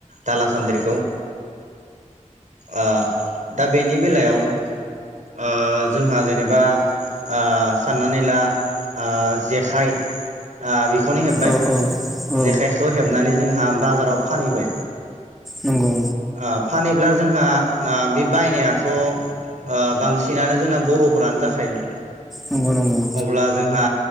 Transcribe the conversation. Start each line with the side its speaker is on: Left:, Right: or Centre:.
Right: दाला सान्द्रिखौ। ओ दा बेनि बेलायाव ओ जोंहा जेनेबा आ साननानै ला आ जेखाइ आ बे खौनो हेबबाय
Centre: औ औ औ
Right: जेखायखौ हेबनानै जोंहा बाजाराव फानहैबाय।
Centre: नंगौ।
Right: आ फानहैब्ला जोंहा मा बे बायनायाथ' ओ बांसिनानो जोंना बर'फोरानो जाखायो।
Centre: नंगौ नंगौ
Right: अब्ला जोंहा